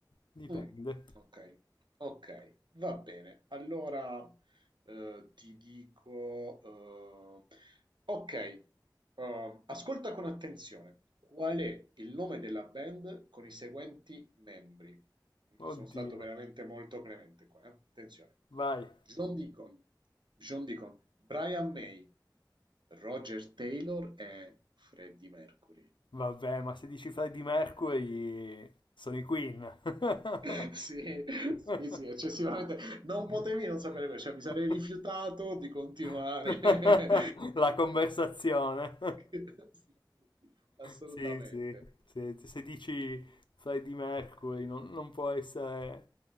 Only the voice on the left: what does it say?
Dipende.
Oddio.
Vai.
Vabbè, ma se dici Freddie Mercury, sono i Queen. <laughs>
La conversazione.
Sì, sì. Se, se dici Freddie Mercury, non, non può essere